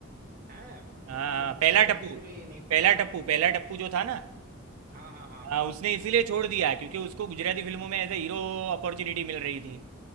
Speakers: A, on the right (about 40°); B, on the right (about 75°).
A: है म- न-
B: हाँ
A: मतलब
B: हाँ, पहला
A: सीरियसली
B: टप्पू
A: मुझे ये बिल्कुल नहीं
B: पहला
A: पता था
B: टप्पू पहला टप्पू जो था ना
A: हाँ हाँ हाँ हाँ
B: हाँ उसने इसीलिए छोड़ दिया क्योंकि उसको गुजराती फिल्मों में एज ए हीरो अपॉर्चुनिटी मिल रही थी